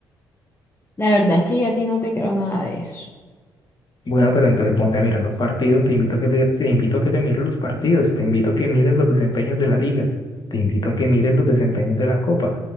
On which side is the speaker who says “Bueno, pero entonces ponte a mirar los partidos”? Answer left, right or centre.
Left